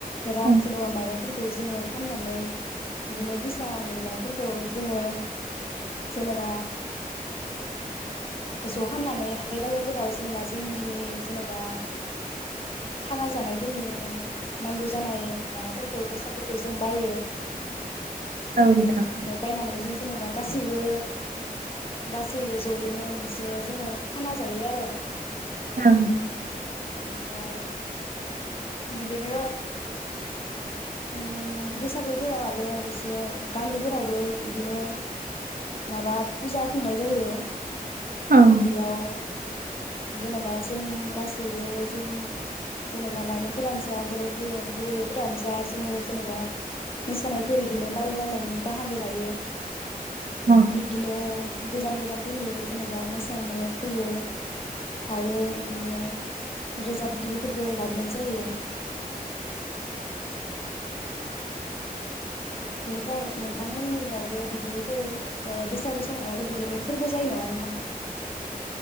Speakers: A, on the left; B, on the right.
A: रां
B: औ
A: जेनबा माइरंफोर खौ जोङो फाननानै बिदिनो फैसा मोननायफोरखौ जोंङो जेनबा ज' खामनानै हाथाइ बाजारफोराव जेन'बा जोंनि जेन'बा खाना जानायफोरनि नांगौ जानाय माबाफोरखौ बेसादफोरखौ जों बायो।
B: औ नोंथां
A: ओमफाय बायनानै जों जेनबा गासैबो गासैबो जयैनो मोनसे जोङो खाना जायो आर'
B: औ
A: ओमफ्राय बिदिनो उम बैसागोफोराव आरो एसे गामिफोरावबो इदिनो माबा फुजा खुंनाय जायो।
B: ओं
A: बेयाव जेन'बा जों गासैबो जों जेन'बा लाइमोनफोरानो जा बोराय बुरैयानो बुरै फोरानो जा जोङो जेन'बा मोसानायफोर इदिनो बादायलायनायनि बाहागो लायो।
B: औ
A: बिब्दिनो गोजान गोजानफोरनिबो जेन'बा मोसानो फैयो। आरो इदिनो रोजाबगिरिफोरबो लाबोनाय जायो। बिनिफ्राय नोंथांमोननियावबो बिदिफोर ओ बैसागु समायफोर बिदिनो फोरबो जायो नामा नोंथां?